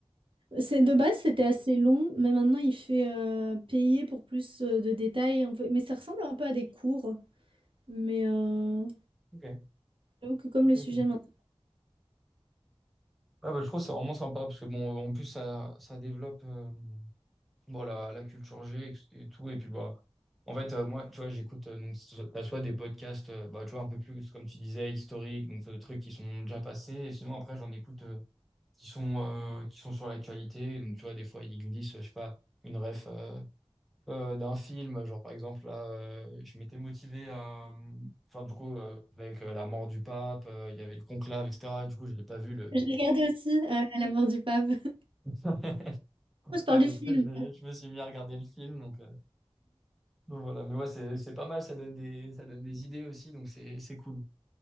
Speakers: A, on the right; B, in the centre.
A: C'est, de base, c'était assez long, mais maintenant il fait euh, payer pour plus euh, de détails. en fait. Mais ça ressemble un peu à des cours. Mais euh,
B: Ok,
A: j'avoue que comme
B: ok,
A: le sujet
B: ok.
A: m'intéresse.
B: Ouais, bah, je trouve que c'est vraiment sympa parce que bon, en plus ça ça développe. euh, bon, la, la culture G et tout. Et puis, bah, en fait, euh, moi, tu vois, j'écoute, euh, donc, so- t'as soit des podcasts, euh, bah, tu vois, un peu plus, comme tu disais, historiques, donc, des trucs qui sont déjà passés. Et sinon, après, j'en écoute euh, qui sont, euh, qui sont sur l'actualité. Donc, tu vois, des fois, ils glissent, je sais pas, une ref euh, euh, d'un film. Genre, par exemple, là, euh, je m'étais motivé à. euh, Enfin, du coup, euh, avec euh, la mort du pape, euh, il y avait le conclave, etc. Et cetera. du coup, je n'ai pas vu le.
A: J'ai regardé aussi euh, La mort du pape. <laughs>
B: <laughs>
A: Je parle
B: Euh,
A: du
B: mais
A: film.
B: du coup, je, je me suis mis à regarder le film. Donc, euh, Donc voilà, mais ouais, c'est c'est pas mal, ça donne des, ça donne des idées aussi, donc c'est c'est cool.